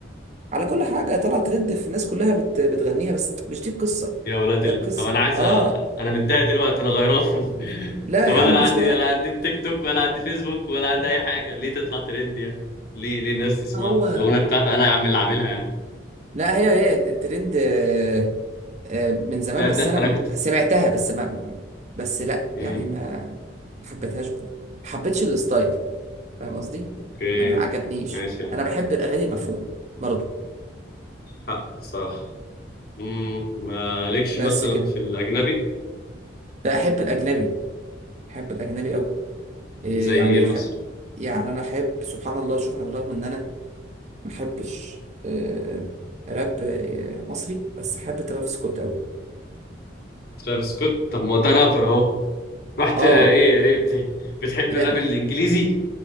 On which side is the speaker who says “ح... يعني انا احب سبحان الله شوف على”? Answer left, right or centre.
Right